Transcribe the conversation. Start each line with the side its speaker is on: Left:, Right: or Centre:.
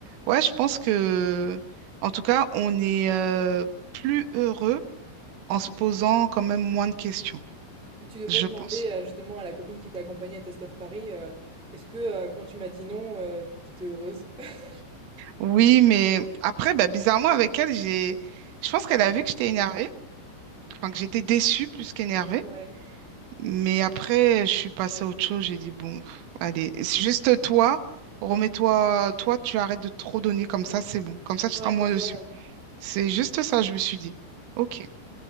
Right: ouais, je pense que en tout cas, on est euh, plus heureux en se posant quand même moins de questions,
Centre: Mais tu devrais
Right: je
Centre: demander
Right: pense.
Centre: euh, justement à la copine qui t'a accompagnée à Test of Paris, euh, est-ce que euh, quand tu m'as dit non, euh, t'étais heureuse? <laughs>
Right: Oui, mais après, bah, bizarrement, avec elle, j'ai je pense qu'elle a vu que j'étais énervée, enfin que j'étais déçue plus qu'énervée.
Centre: Ouais,
Right: Mais après, je suis passée à autre chose, j'ai dit bon, pff, allez, c'est juste toi, remets-toi, toi, tu arrêtes de trop donner comme ça, c'est bon. Comme ça, tu
Centre: ouais,
Right: seras moins
Centre: c'est ça.
Right: dessus. C'est juste ça, je me suis dit. Ok.